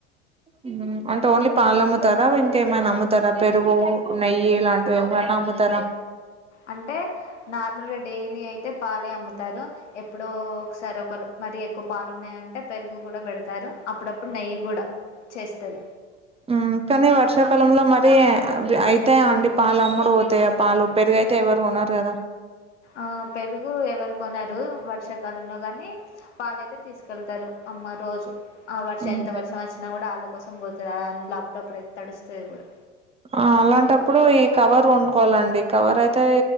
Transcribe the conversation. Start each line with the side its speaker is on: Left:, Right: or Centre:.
Right: హుమ్ అంటే ఓన్లీ పాలు అమ్ముతారా ఇంక ఏమైనా అమ్ముతారా పెరుగు నెయ్యి ఇలా ఏమైనా అమ్ముతార
Left: అంటే నార్మల్ గా డైలీ అయితే పాలే అమ్ముతారు ఎప్పుడో ఒకసారి ఒక మరి ఎక్కువ పాలున్నాయి అంటే పెరుగు కూడా పెడతారు అప్పుడప్పుడు నెయ్యి కూడా చేస్తరు
Right: హుమ్ కానీ వర్షాకాలంలో మరి అయితాయా అండి పాలు అమ్ముడు పోతాయా పాలు పెరుగయితే ఎవరు కొనరు కదా
Left: ఆ పెరుగు ఎవరు కొనరు వర్షాకాలంలో గాని పాలైతే తీసుకెళ్తారు అమ్మ రోజు ఆ వర్షం
Right: ఉమ్
Left: ఎంత వర్షం వచ్చినా కూడా ఆళ్ళ కోసం పోతది అ అందులో అప్పుడప్పుడయితే తడుస్తది కూడా
Right: ఆ అలాంటప్పుడు ఈ కవర్ కొనుకోవాలండి కవర్ అయితే